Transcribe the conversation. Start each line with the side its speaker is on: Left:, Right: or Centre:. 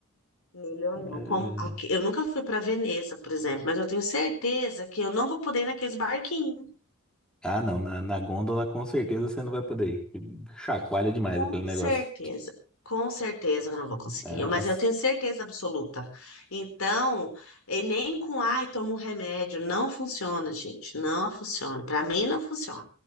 Left: Melhor
Centre: É,
Left: não. Como aqui- eu nunca fui para Veneza, por exemplo, mas eu tenho certeza que eu não vou poder ir naqueles barquinhos.
Centre: Ah, não, na, na gôndola com certeza você não vai poder ir. que Chacoalha demais
Left: Com
Centre: aquele negócio.
Left: certeza, com certeza eu não vou conseguir,
Centre: É,
Left: mas
Centre: nossa,
Left: eu tenho certeza absoluta. Então, e nem com ai, tomo um remédio, não funciona, gente, não funciona. Para mim não funciona.